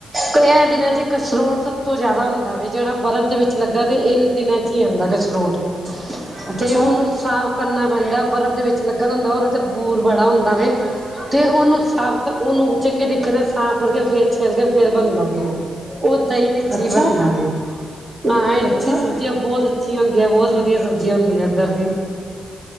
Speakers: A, on the right (about 35°); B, on the right (about 20°).
A: ਕ ਐਹ ਦਿਨਾਂ ਚ ਕਸਰੋੜ ਸਬ ਤੋਂ ਜਿਆਦਾ ਹੁੰਦਾ ਵੇ ਜੇਹੜਾ ਬਰਫ਼ ਦੇ ਵਿੱਚ ਲੱਗਦਾ ਤੇ ਇਨ ਦਿਨਾਂ 'ਚ ਈ ਆਂਦੈ ਕਸਰੋੜ।
B: ਅੱਛਾ
A: ਤੇ ਓਹਨੂੰ ਸਾਫ਼ ਕਰਨਾ ਪੈਂਦੈ, ਬਰਫ਼ ਦੇ ਵਿੱਚ ਲੱਗਾ ਹੁੰਦਾ ਓਦੇ ਤੇ ਬੂਰ ਬੜਾ ਹੁੰਦਾ ਵੇ।
B: <inaudible>
A: ਤੇ ਓਹਨੂੰ ਸਾਫ ਕਰ ਓਹਨੂੰ ਚੰਗੇ ਤਰੀਕੇ ਨਾਲ ਸਾਫ ਕਰਕੇ ਫੇਰ ਛਿਲ ਕੇ ਫੇਰ ਬਣਦਾ ਵੇ ਓਹ ਦਈ ਵਿੱਚ
B: ਅੱਛਾ
A: ਈ ਬਣਦਾ ਵੇ ਹਾਂ ਏਧਰ
B: ਅੱਛਾ
A: ਦੀ ਸ ਬਜ਼ੀਆਂ ਬੋਤ ਅੱਛੀਆਂ ਹੁੰਦੀਆਂ ਬੋਤ ਵਧੀਆ ਸਬਜ਼ੀਆਂ ਹੁੰਦੀਆਂ ਕੱਰ ਦੀ।